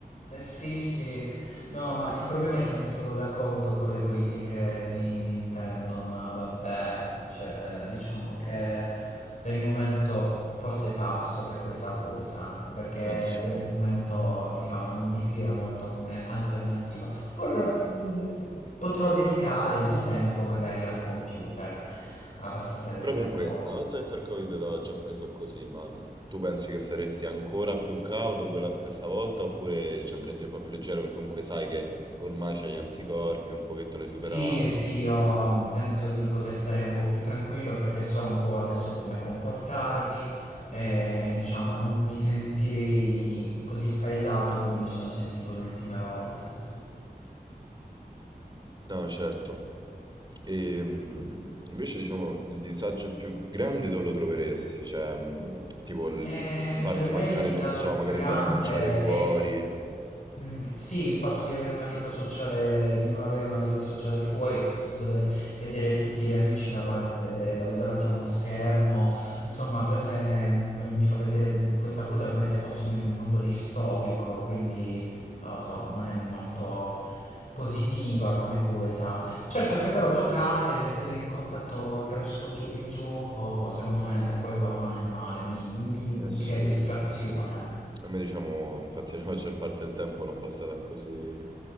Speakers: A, on the left; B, on the right.
A: Eh sì, sì, no, ma il problema è che non mi trovo d'accordo con le politiche di Nintendo, ma vabbè, cioè, diciamo che per il momento forse passo per questa cosa, perché
B: Eh sì.
A: per il momento, diciamo, non mi ispira molto come alternativa. Potrò, mh, potrò dedicare il mio tempo magari al computer, a passare del
B: Però
A: tempo.
B: comunque, una volta detto il Covid l'ho già preso così, ma mm, tu pensi che saresti ancora più cauto quella- questa volta oppure ci andresti un po' più leggero perché comunque sai che ormai c'hai gli anticorpi, un pochetto l'hai superato.
A: Sì, sì, io mm, penso di poter stare un po' più tranquillo perché so un po' adesso come comportarmi e diciamo non mi sentirei così spaesato come mi sono sentito le ultime volte.
B: No, certo. E mm, invece diciamo il disagio più grande dove lo troveresti? Cioè, mm, tipo il
A: E
B: il farti
A: per me
B: mancare,
A: il disagio
B: non so,
A: più
B: magari
A: grande
B: andare a mangiare fuori.
A: è il Mhmm, sì, il fatto di avere una vita sociale di non avere una vita sociale fuori, il fatto di dover vedere tutti gli amici da parte da davanti a uno schermo, insomma per me, mhmm, mi fa vedere questa cosa come se fossimo in un mondo distopico, quindi non lo so, non è molto positiva come cosa. Certo che però giocare, mettere in contatto attraverso gio il gioco, secondo me quello non è male, mi mi mi
B: Eh sì,
A: crea Dici? distrazione.
B: mhmm, a me diciamo infatti <laughs> la maggior parte del tempo l'ho passata così